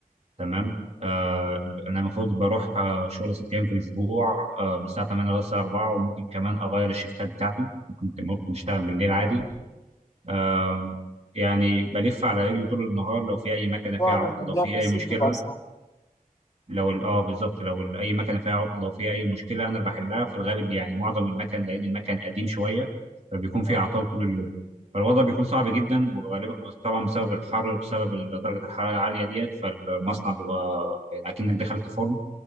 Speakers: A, on the right; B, on the left.
A: تمام آه، انا المفروض بروح آه، شغل ست ايام في الاسبوع آه، من الساعه 8 لغايه الساعه 4 وممكن كمان اغير الشفتات بتاعتي ممكن ممكن اشتغل بالليل عادي آه، يعني بلف على رجلي طول النهار لو في اي مكنه فيها
B: طبعا
A: عطل
B: الموضوع
A: لو في
B: في الصيف
A: اي مشكله
B: بيبقى صعب
A: لو ال- اه بالظبط لو ال- اي مكنه فيها عطل لو في اي مشكله انا اللي بحلها في الغالب يعني معظم المكن لان المكن قديم شويه فبيكون فيه
B: اه
A: اعطال طول اليوم فالوضع بيكون صعب جدا وغالبا وطبعا بسبب الحر وبسبب ال- درجه الحراره العاليه ديت فالمصنع بيبقى يعني اكنك دخلت فرن